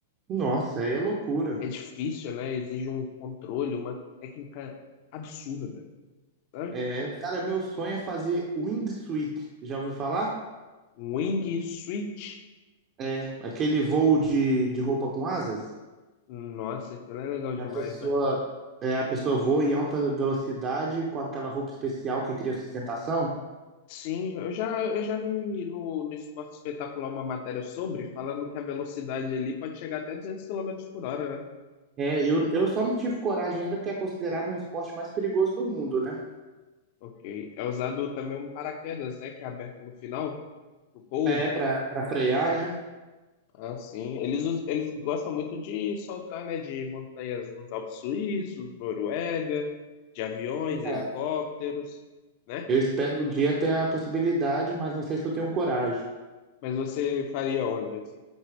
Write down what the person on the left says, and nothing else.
É difícil, né? Exige um controle, uma técnica absurda, sabe?
Um Wing Switch.
Nossa, aquilo é legal demais,
né?
Sim, eu já, eu já vi no, no Esporte Espetacular uma matéria sobre, falando que a velocidade ali pode chegar até 200 quilômetros por hora, né?
Ok. É usado também um paraquedas, né? Que é aberto no final, no pouso.
Ah, sim. Eles, us- eles gostam muito de saltar, né? De montanhas nos Alpes Suíços, Noruega, de aviões, helicópteros,
né?
Mas você faria onde, assim?